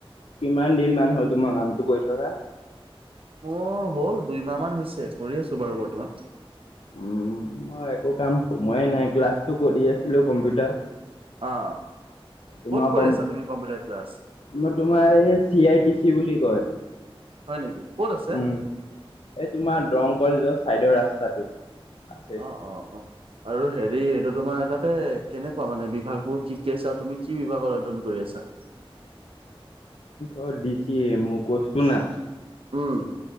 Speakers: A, on the left; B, on the right.
A: কিমান দিন মান, হ'ল তোমাৰ কামটো কৰি থকা
B: মোৰ হল দুইমাহ মান, হৈছে কৰি আছো বাৰু বৰ্তমান
A: উম মই একো কাম সময়ে নাই, ক্লাছটো কৰি আছিলো কম্পিউটাৰ
B: আহ,
A: তোমাৰ
B: কত কৰি
A: কম
B: আছা তুমি কম্পিউটাৰ ক্লাছ?
A: মই তোমাৰ এই, চি- আই -টি- চি বুলি কয়
B: হয় নেকি ক'ত আছে?
A: উম, এই তোমাৰ দৰং কলেজৰ চাইডৰ ৰাস্তাটোত আছে এইখন
B: অ', অ', অ', আৰু হেৰি এইটো তোমাৰ তাতে কেনেকুৱা মানে বিভাগবোৰ কি কি আছা, আৰু তুমি কি বিভাগৰ অধ্যয়ন কৰি আছা?
A: ও, দিসিএ মোৰ কৰচটো নাম
B: উম